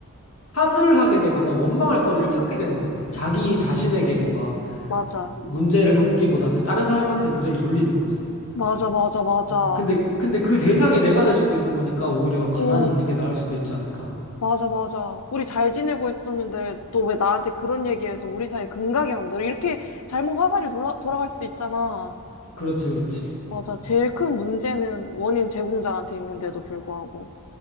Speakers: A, on the left; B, on the left.
A: 탓을 하게 되거나 원망할 거리를 찾게 되는 것 같아. 자기 자신에게 뭔가
B: 맞아.
A: 문제를 삼기보다는 다른 사람한테 문제를 돌리는 거지.
B: 맞아, 맞아, 맞아.
A: 응, 근데, 근데 그 대상이 내가 될 수도 있는 거니까 오히려 가만히
B: 어,
A: 있는 게 나을 수도 있지 않을까.
B: 맞아, 맞아. 우리 잘 지내고 있었는데 또 왜 나한테 그런 얘기해서 우리 사이 금가게 만들어? 이렇게 잘못 화살이 돌아, 돌아갈 수도 있잖아.
A: 그렇지, 그렇지.
B: 맞아. 제일 큰 문제는 원인 제공자한테 있는데도 불구하고.